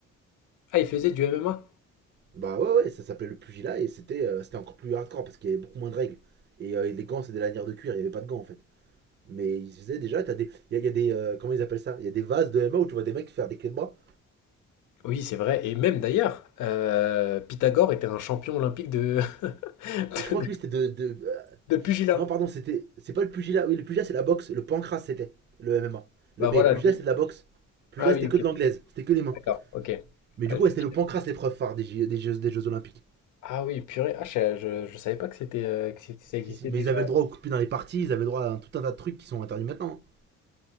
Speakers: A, on the left; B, on the right.
A: Ah, il faisait du MMA?
B: Bah ouais, ouais, ça s'appelait le pugilat et c'était euh, c'était encore plus hardcore parce qu'il y avait beaucoup moins de règles. Et euh, les gants, c'est des lanières de cuir, il n'y avait pas de gants en fait. Mais ils faisaient déjà, t'as des. Il y a, il y a des. euh, comment ils appellent ça Il y a des vases de MMA où tu vois des mecs faire des clés de bras.
A: Oui, c'est vrai. Et même d'ailleurs, euh, Pythagore était un champion olympique de, <laughs>
B: Et je crois
A: de,
B: que lui c'était de. de- euh,
A: de pugilat.
B: non, pardon, c'était. C'est pas le pugilat. Oui, le pugilat c'est la boxe. Le pancras c'était le MMA. Le-
A: Bah
B: mais
A: voilà.
B: pugilat
A: lui-
B: c'est de la boxe. Pugilat
A: Ah oui,
B: c'était
A: ok,
B: que de l'anglaise. C'était que des mains.
A: d'accord, ok.
B: Mais
A: Ah,
B: du
A: je-
B: coup, ouais, c'était le pancras l'épreuve phare des, J- des, jeux, des Jeux Olympiques.
A: ah oui, purée. Ah, je, je, je savais pas que c'était euh, que c'était- ça existait
B: Si, si. Mais
A: déjà.
B: ils avaient le droit au coup de pied dans les parties, ils avaient le droit à un- tout un tas de trucs qui sont interdits maintenant. hein.